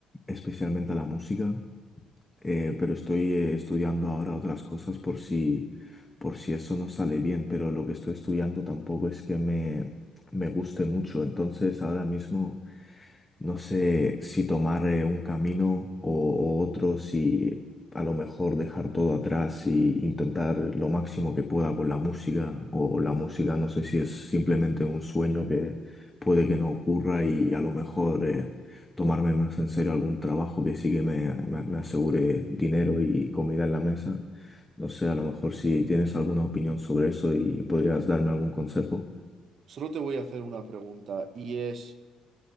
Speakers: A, on the left; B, on the right.
A: especialmente a la música eh, pero estoy eh, estudiando ahora otras cosas por si, por si eso no sale bien, pero lo que estoy estudiando tampoco es que me, me guste mucho, entonces ahora mismo no sé si tomar eh, un camino o, o otro, si a lo mejor dejar todo atrás y intentar lo máximo que pueda con la música, o la música no sé si es simplemente un sueño que puede que no ocurra y a lo mejor... eh, tomarme más en serio algún trabajo que sí que me, me- me asegure dinero y comida en la mesa. No sé, a lo mejor si tienes alguna opinión sobre eso y podrías darme algún consejo.
B: Solo te voy a hacer una pregunta y es,